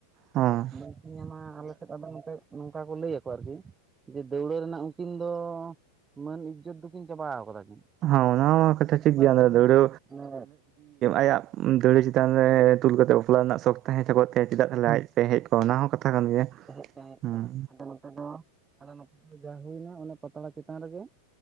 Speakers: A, on the right; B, on the right.
A: ᱦᱚᱸ
B: ᱵᱟᱝ ᱠᱤᱱ ᱧᱟᱢᱟ ᱟᱞᱮ ᱥᱮᱫ ᱟᱫᱚ ᱱᱚᱝᱠᱟ ᱠᱚ ᱞᱟᱹᱭ ᱟᱠᱚ ᱟᱨᱠᱤ ᱡᱮ ᱫᱟᱹᱣᱲᱟᱹ ᱨᱮᱱᱟᱜ ᱩᱱᱠᱤᱱ ᱫᱚ ᱢᱟᱹᱱ ᱤᱡᱽᱡᱚᱛ ᱫᱚᱠᱤᱱ ᱪᱟᱵᱟᱣ ᱠᱟᱫᱟ ᱠᱤᱱ
A: ᱦᱮᱸ ᱚᱱᱟ ᱢᱟ ᱠᱟᱛᱷᱟ ᱴᱷᱤᱠ
B: ᱚᱠᱟ
A: ᱜᱮᱭᱟ
B: ᱞᱮᱠᱟ
A: ᱟᱫᱚ
B: ᱡᱮ
A: ᱫᱟᱹᱣᱲᱟᱹ
B: ᱚᱱᱮ
A: ᱟᱭᱟᱜ ᱫᱟᱹᱣᱲᱟᱹ ᱪᱮᱛᱟᱱ ᱨᱮ ᱛᱩᱞ ᱠᱟᱛᱮᱫ ᱵᱟᱯᱞᱟ ᱨᱮᱱᱟᱜ ᱥᱚᱠ ᱛᱟᱦᱮᱸ ᱠᱚᱜ ᱛᱟᱭᱟ ᱪᱮᱫᱟᱜ ᱛᱟᱦᱞᱮ ᱟᱡ ᱦᱮᱡ ᱠᱚᱜᱼᱟ ᱚᱱᱟ ᱦᱚᱸ ᱠᱟᱛᱷᱟ ᱠᱟᱱ ᱜᱮᱭᱟ
B: ᱛᱟᱦᱮ ᱠᱚᱜᱼᱟᱭ
A: ᱦᱮᱸ
B: ᱟᱫᱚ ᱱᱚᱛᱮ ᱫᱚ ᱟᱞᱮ ᱱᱚᱛᱮ ᱡᱟ ᱦᱩᱭᱱᱟ ᱚᱱᱟ ᱯᱟᱛᱲᱟ ᱪᱮᱛᱟᱱ ᱨᱮᱜᱮ